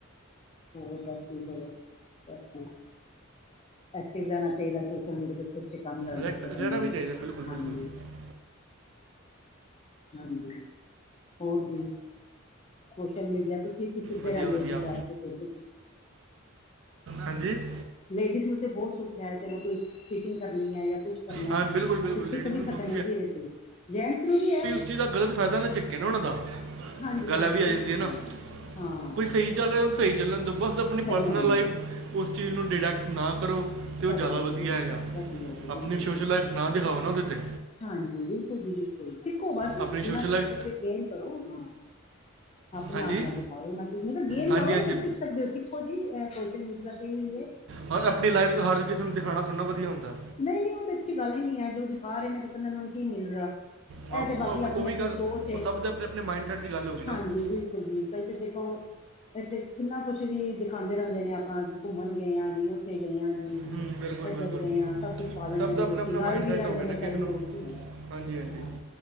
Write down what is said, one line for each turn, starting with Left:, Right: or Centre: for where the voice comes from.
Left: ਹੋਰ ਬਸ ਜੀ ਹੋਰ ਐਕਟਿਵ- ਐਕਟਿਵ ਰਹਿਣਾ ਚਾਹੀਦਾ ਸੋਸ਼ਲ ਮੀਡੀਆ ਅਛੇ ਕੰਮ ਕਰਨੇ
Right: ਰੈਕਟ-
Left: ਵਾਸਤੇ ਕਹਿੰਦੇ
Right: ਰਹਿਣਾ
Left: ਨੇ
Right: ਵੀ ਚਾਹੀਦਾ ਬਿਲਕੁਲ
Left: ਹਾਂਜੀ।
Right: ਬਿਲਕੁਲ
Left: ਹਾਂਜੀ ਹੋਰ ਜੀ ਸੋਸ਼ਲ ਮੀਡੀਆ ਕੀ- ਕੀ ਸਿੱਖਦੇ
Right: ਵਧੀਆ
Left: ਰਹਿੰਦੇੇ
Right: ਵਧੀਆ
Left: ਜ ਬਾਦ ਤੇ ਫਿਰ ਤੁਸੀ
Right: ਹਾਂਜੀ
Left: ਲੇਡੀਜ਼ ਨੂੰ ਤੇ ਬਹੁਤ ਸੁੱਖ ਹੈ ਚਲੋ ਕੋਈ ਸਟੀਚਿੰਗ ਕਰਨੀ ਹੈ ਜਾਂ ਕੁਛ ਕਰਨਾ
Right: ਹਾਂ ਬਿਲਕੁਲ ਬਿਲਕੁਲ
Left: ਅਸੀ ਸਿੱਖ
Right: ਲੇਡੀਜ਼
Left: ਵੀ
Right: ਨੂੰ
Left: ਸਕਦੇ
Right: ਸੁੱਖ
Left: ਹਾਂ ਜੈਂਟਸ ਨੂੰ ਵੀ ਹੈ।
Right: ਚੀਜ ਦਾ ਗਲਤ ਫਾਇਦਾ ਨਾ ਚੱਕੇ ਨਾ ਉਹਨਾਂ ਦਾ
Left: ਹਾਂਜੀ
Right: ਗੱਲਾਂ
Left: ਹਾਂਜੀ
Right: ਐਵੀ
Left: ਬਿਲਕੁਲ
Right: ਆਈ ਜਾਂਦੀਆਂ ਨਾ
Left: ਬਿਲਕੁਲ ਹਾਂ
Right: ਕੋਈ ਸਹੀ ਚੱਲ ਰਿਹਾ ਸਹੀ ਚੱਲਣ ਦੋ ਬਸ ਆਪਣੀਂ
Left: ਚੱਲਾਂਗੇ
Right: ਪਰਸਨਲ ਲਾਈਫ ਉਸ ਚੀਜ਼ ਨੂੰ ਡਿਟੈਕਟ ਨਾ ਕਰੋ। ਤੇ
Left: ਕਰੋ
Right: ਉਹ ਜ਼ਿਆਦਾ ਵਧੀਆ
Left: ਜੀ ਬਿਲਕੁਲ
Right: ਹੈਗਾ,
Left: ਜੀ, ਵਧੀਆ ਜੀ
Right: ਆਪਣੀਂ
Left: ਬਿਲਕੁਲ
Right: ਸੋਸ਼ਲ
Left: ਜੀ,
Right: ਲਾਈਫ ਨਾ ਦਿਖਾਓ ਨਾ ਉਹਦੇ ਤੇ।
Left: ਹਾਂਜੀ ਬਿਲਕੁਲ ਜੀ-ਬਿਲਕੁਲ, ਸਿੱਖੋ ਵਾਧੂ
Right: ਆਪਣੀ
Left: ਜਿੰਨਾ
Right: ਸੋਸ਼ਲ
Left: ਸਿੱਖ
Right: ਲਾਈਫ
Left: ਸਕਦੇ ਹੋ, ਗੇਨ ਕਰੋਂ, ਹਾਂ। ਆਪਣੇ
Right: ਹਾਂਜੀ
Left: ਆਪ ਨਾ ਦਿਖਾਓ, ਇਹ ਤੁਸੀ ਗੇਨ
Right: ਹਾਂਜੀ
Left: ਕਰੋ,
Right: ਹਾਂਜੀ
Left: ਤੁਸੀਂ ਸਿੱਖ ਸਕਦੇ ਹੋ, ਸਿੱਖੋ ਜੀ ਸੋਸ਼ਲ ਮੀਡੀਆ ਤੇ ਹੀ ਨੇ
Right: ਪਰ ਆਪਣੀ ਲਾਈਫ ਚ, ਹਰ ਕਿਸੇ ਨੂੰ ਦਿਖਾਣਾ ਥੋੜ੍ਹਾ ਨਾ ਵਧੀਆ ਹੁੰਦਾ।
Left: ਨਹੀਂ- ਨਹੀਂ ਉਹ ਤਾਂ ਅੱਛੀ ਗੱਲ ਈ ਨਹੀਂ ਐ, ਜੋ ਦਿਖਾ ਰਹੇ ਨੇ, ਪਤਾ ਨੀ ਉਹਨਾਂ ਨੂੰ ਕੀ ਮਿਲ ਰਿਹਾ।
Right: ਹਾਂ
Left: ਇਹ
Right: ਉਹ
Left: ਤੇ ਬਾਕੀ ਆਪਣੀ-
Right: ਉਹ ਵੀ
Left: ਆਪਣੀ
Right: ਗੱਲ
Left: ਸੋਚ ਏ,
Right: ਉਹ ਸਭ ਦੇ ਆਪਣੇ ਆਪਣੇ ਮਾਈਂਡਸੈਟ ਦੀ ਗੱਲ ਹੋ ਗਈ ਨਾ
Left: ਹਾਂਜੀ
Right: ਹੁਣ
Left: ਬਿਲਕੁਲ ਜੀ। ਇਥੇ ਦੇਖੋ, ਇੱਥੇ ਕਿੰਨਾ ਕੁਛ ਵੀ ਦਿਖਾਂਦੇ ਰਹਿੰਦੇ ਨੇ ਆਪਣਾ, ਘੁੰਮਣ ਗਏ ਆ ਜੀ। ਇੱਥੇ ਗਏ ਆ ਜੀ,
Right: ਹੂੰ ਬਿਲਕੁਲ
Left: ਏਧਰ
Right: ਬਿਲਕੁਲ
Left: ਗਏ ਆ, ਸਭ ਕੁਛ ਪਾ ਦਿੰਦੇ
Right: ਸਭ ਦਾ
Left: ਨੇ
Right: ਆਪਣਾ
Left: ਲੋਕੀ,
Right: ਆਪਣਾ
Left: ਲਾਈਵ
Right: ਮਾਈਂਡ
Left: ਵੀ
Right: ਸੈਟ
Left: ਰਹਿੰਦੇ
Right: ਹੋ ਗਿਆ
Left: ਨੇ
Right: ਨਾ
Left: ਕਈ
Right: ਕਿਸ ਨੂੰ
Left: ਲੋਕ। ਹਾਂ,
Right: ਹਾਂਜੀ ਹਾਂਜੀ